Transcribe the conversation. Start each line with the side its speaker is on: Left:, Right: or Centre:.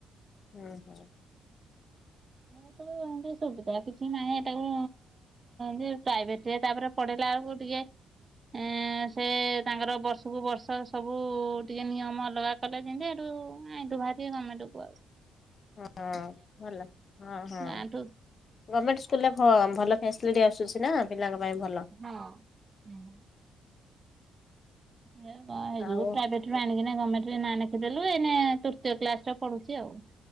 Left: ହୁଁ ହୁଁ।
Right: ଏମିତି ସୁବିଧା କିଛି ନାହିଁ ଏଟାକୁ ଯେ ପ୍ରାଇଭେଟ ତାପରେ ପଢ଼େଇଲା ବେଳକୁ ଟିକେ ଏଁ ସେ ତାଙ୍କର ବର୍ଷକୁ ବର୍ଷ ସବୁ ଟିକେ ନିୟମ ଅଲଗା କଲେ ଜିନ୍ତି ହେଠୁ ଆଇଲୁ ଭାରି ଗମେଣ୍ଟ କୁ
Left: ହଁ ଭଲା ହଁ, ହଁ।
Right: ଗାଁଠୁ।
Left: ଗମେଣ୍ଟ ସ୍କୁଲରେ ଭଲ ଫ୍ୟାସିଲିଟି ଆସୁଛି ନା ପିଲାଙ୍କ ପାଇଁ ଭଲ।
Right: ହଁ ହଁ। ହଁଯ <unintelligible>
Left: ଆଉ
Right: ପ୍ରାୟବେ ଆଣିକିନା ଗମେଣ୍ଟରେ ନାଁ ଲେଖିଦେଲୁ ଏଇନେତୃତୀୟ କ୍ଲାସ ରେ ପଢୁଛି ଆଉ।